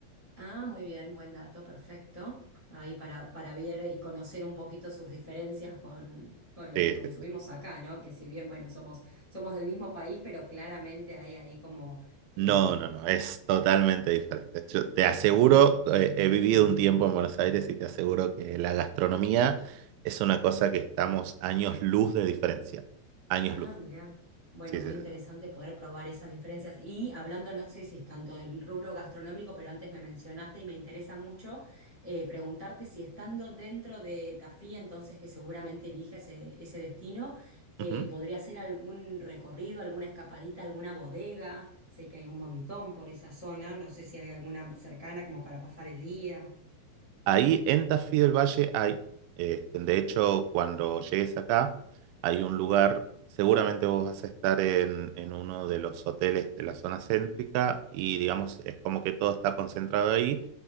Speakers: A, on the left (about 15°); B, on the right (about 85°).
A: Ah, muy bien, buen dato, perfecto. Ahí para, para ver y conocer un poquito sus diferencias con, con lo
B: Sí,
A: que consumimos
B: sí, sí,
A: acá, ¿no? Que si bien, bueno, somos, somos del mismo país, pero claramente hay ahí como
B: No,
A: eh,
B: no, no, es totalmente diferente. Yo te aseguro, eh, he vivido un tiempo en Buenos Aires y te aseguro que la gastronomía es una cosa que estamos años luz de diferencia. Años
A: Ah,
B: luz.
A: mira. Bueno,
B: Sí,
A: muy
B: sí,
A: interesante
B: sí. sí.
A: poder probar esas diferencias. Y hablando, no sé si es tanto del rubro gastronómico, pero antes me mencionaste y me interesa mucho eh, preguntarte si estando dentro de Tafí, entonces que seguramente elige ese, ese destino, eh,
B: Ujú.
A: ¿podría hacer algún recorrido, alguna escapadita, alguna bodega? Sé que hay un montón por esa zona, no sé si hay alguna cercana como para pasar el día.
B: Ahí en Tafí del Valle hay, este, de hecho, cuando llegues acá, hay un lugar, seguramente vos vas a estar en, en uno de los hoteles de la zona céntrica y digamos, es como que todo está concentrado ahí